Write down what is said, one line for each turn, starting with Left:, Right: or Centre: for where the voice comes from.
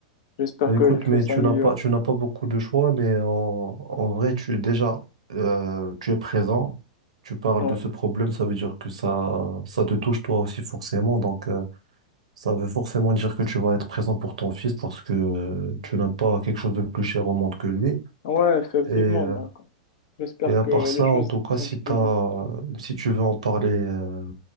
Left: j'espère
Right: Ben
Left: que
Right: écoute,
Left: les choses
Right: mais tu
Left: s'améliorent.
Right: n'as pas, tu n'as pas beaucoup de choix, mais en, en vrai, tu déjà, euh, tu es présent, tu parles
Left: Ouais.
Right: de ce problème, ça veut dire que ça, ça te touche toi aussi forcément, donc euh, ça veut forcément dire que tu vas être présent pour ton fils parce que euh, tu n'as pas quelque chose de plus cher au monde que lui.
Left: Ouais, effectivement.
Right: Et, euh,
Left: Donc, j'espère
Right: et à
Left: que
Right: part
Left: les
Right: ça,
Left: choses,
Right: en tout cas, si
Left: comme je
Right: t'as,
Left: t'ai dit.
Right: si tu veux en parler euh,